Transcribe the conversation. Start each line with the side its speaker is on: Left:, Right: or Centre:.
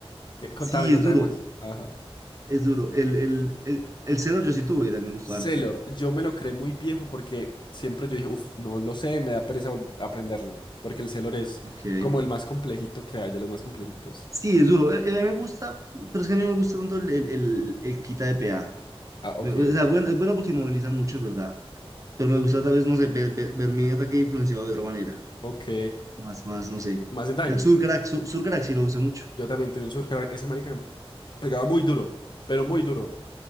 Left: Que- contame,
Right: Sí,
Left: contame
Right: es duro,
Left: más. Ajá.
Right: es duro. El, el, el, el Xenor yo sí tuve, y también me gustó
Left: Sailor,
Right: harto.
Left: yo me lo creé muy viejo porque siempre yo dije, uff, no lo sé, me da pereza vol- aprenderlo. Porque el Sailor es
Right: Ok.
Left: como el más complejito que hay, de los más complejitos.
Right: Sí, es duro. Eh, eh, A mí me gusta, pero es que a mí no me gusta tanto el, el, el, el quita de PA.
Left: Ah, ok.
Right: O sea, bueno, es bueno porque moviliza mucho, es verdad. Pero me gusta tal vez, no sé, ver, ver, ver mi ataque influenciado de otra manera.
Left: Ok.
Right: Más, más, no sé.
Left: Más en daño.
Right: El Surcrack, Sur- Surcrack sí lo usa mucho.
Left: Yo también tuve un Surcar. Ese marica pegaba muy duro, pero muy duro.